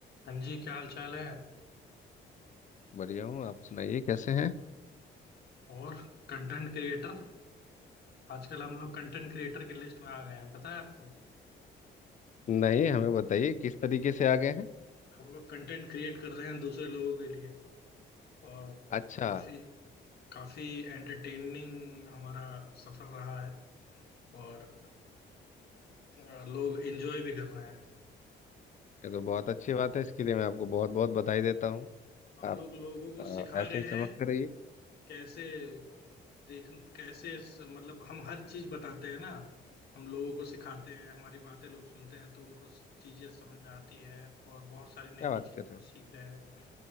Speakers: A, on the left; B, on the left.
A: हाँ जी क्या हाल चाल है
B: बढ़िया हूँ आप सुनाइए कैसे हैं
A: और कंटेंट क्रिएटर आजकल हम लोग कंटेंट क्रिएटर की लिस्ट में आ गए हैं पता है आपको
B: नहीं हमें बताइए किस तरीके से आ गए हैं
A: हम लोग कंटेंट क्रिएट कर रहे हैं दूसरे लोगों के लिए और
B: अच्छा
A: काफी काफी एंटरटेनिंग हमारा सफर रहा है और अ, लोग एंजॉय भी कर रहे हैं
B: ये
A: तो
B: तो बहुत अच्छी बात है इसके लिए मैं आपको बहुत बहुत बधाई देता हूँ
A: हम
B: आप
A: लोग लोगों को
B: आ,
A: सिखा
B: ऐसे
A: रहे
B: ही चमकते
A: हैं
B: रहिए
A: कैसे देख कैसे स- मतलब हम हर चीज बताते हैं ना हम लोगों को सिखाते हैं हमारी बातें लोग सुनते हैं तो उनको स- चीजें समझ में आती है और बहुत सारी
B: क्या
A: नई
B: बात
A: नई चीजें
B: कर
A: वो
B: रहे
A: सीख रहे हैं